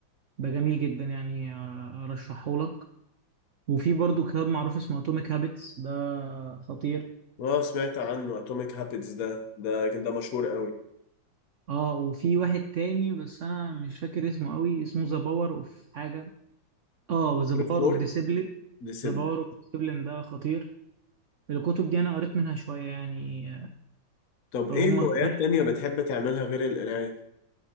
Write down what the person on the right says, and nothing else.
ده جميل جدا يعني آه، ارشحه لك وفي برضو كتاب معروف اسمه اتوميك هابتس ده خطير
اه وفي واحد تاني بس انا مش فاكر اسمه قوي اسمه ذا باور اوف حاجه اه ذا باور
اوف ديسيبلين
ذا باور اوف ديسيبلين ده خطير الكتب دي انا قريت منها شويه يعني
فهم
كمان